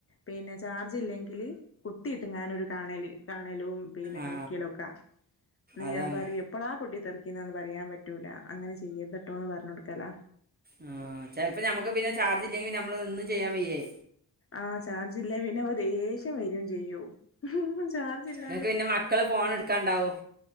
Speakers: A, on the left (about 35°); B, on the right (about 25°).
A: പിന്നെ ചാർജി ല്ലെങ്കി ല് കുത്തിയിറ്റിങ്ങനൊരു കാണല് കാണലും പിന്ന
B: ആ
A: കളിക്കിലോക്ക ന്ന്
B: അതാണ്
A: ഞാൻ പറയു എപ്പളാ പൊട്ടി തെറിക്കിന്നേന്ന് പറയാൻ പറ്റൂല അങ്ങനെ ചെയ്യര്ത്ട്ടോ ന്ന് പറഞ്ഞുകൊടുക്കാല
B: ആ ചിലപ്പോ നമ്മുക്ക് പിന്നെ ചാർജ് ഇല്ലെങ്കി നമ്മളത് ഒന്നും ചെയ്യാൻ വയ്യേ
A: ആഹ ചാർജില്ലെ പിന്നെ ദേഷ്യം വരയും ചെയ്യും <inaudible> ചാർജില്ല
B: ങ്ങൾക്ക് ന്നെ മക്കള് ഫോണ് എടുക്കാണ്ടാവും